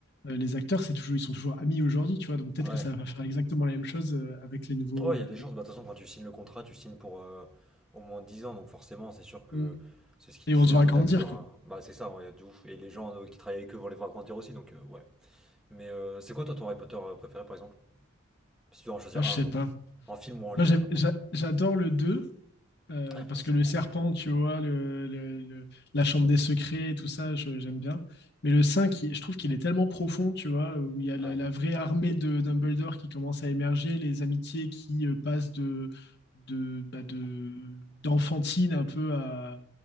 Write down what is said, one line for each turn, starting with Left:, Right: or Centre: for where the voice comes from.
Left: Euh, les acteurs, c'est toujours, ils sont toujours amis aujourd'hui, tu vois, donc peut-être
Centre: Ouais.
Left: que ça va faire exactement la même chose euh, avec les nouveaux.
Centre: Ouais,
Left: euh,
Centre: il y a des chances.
Left: les-
Centre: Bah, de toute façon, quand tu signes le contrat, tu signes pour euh, au moins 10 ans, donc forcément, c'est sûr que
Left: Mm.
Centre: c'est ce qu'ils
Left: Et
Centre: disaient
Left: on se voit
Centre: eux, les
Left: grandir,
Centre: acteurs.
Left: quoi.
Centre: hein. Bah, c'est ça, ouais, de ouf. Et les gens euh, qui travaillent avec eux vont les voir grandir aussi, donc, euh, ouais. Mais euh, c'est quoi, toi, ton Harry Potter euh, préféré, par exemple? Si tu dois en choisir
Left: Ah, je
Centre: un,
Left: sais
Centre: genre.
Left: pas.
Centre: En film ou en
Left: Moi,
Centre: livre,
Left: j'ai-
Centre: n'importe.
Left: j'a- j'adore le 2 euh,
Centre: Ah, putain,
Left: parce que
Centre: c'est
Left: le
Centre: marrant,
Left: serpent,
Centre: ok.
Left: tu vois, le, le- le- la chambre des secrets, tout ça, je- j'aime bien. Mais le 5 il- je trouve qu'il est tellement profond, tu vois, où il y a la,
Centre: Ouais,
Left: la vraie armée de Dumbledore qui commence à émerger, les amitiés qui euh, passent de, de, bah, de- d'enfantine un peu à,